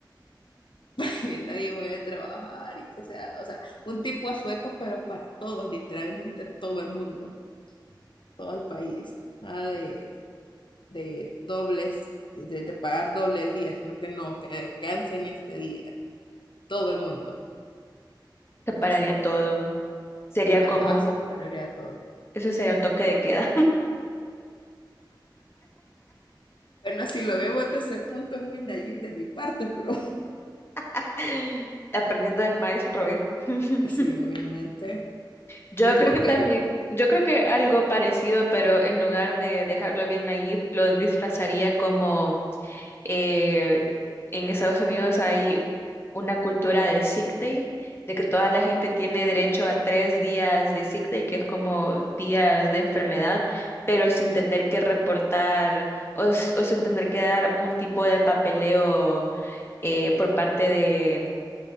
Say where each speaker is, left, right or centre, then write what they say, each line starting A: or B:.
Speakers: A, on the left (about 75°); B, on the left (about 30°).
A: <laughs> que nadie vaya a trabajar y que sea, o sea, un tipo de sueldo, pero para todos, literalmente todo el mundo, todo el país, nada de, de dobles, de, de pagar doble el día, sino que no, que descansen ese día, todo el mundo,
B: Se pararía
A: no sé,
B: todo. Sería
A: ajá,
B: como un-
A: separaría todo.
B: eso sería un toque de queda.
A: Bueno, si lo vemos desde ese punto es muy naive de mi parte, pero...
B: <laughs> Aprendiendo del maestro, ¿eh? <laughs>
A: Pues sí, obviamente.
B: Yo
A: ¿Y vos
B: creo que también,
A: querías?
B: yo creo que algo parecido, pero en lugar de dejarlo bien Nayib, lo disfrazaría como eh, en Estados Unidos hay una cultura de sick day, de que toda la gente tiene derecho a tres días de sick day, que es como días de enfermedad, pero sin
A: Ujú.
B: tener que reportar o, s- o sin tener que dar un tipo de papeleo eh, por parte de,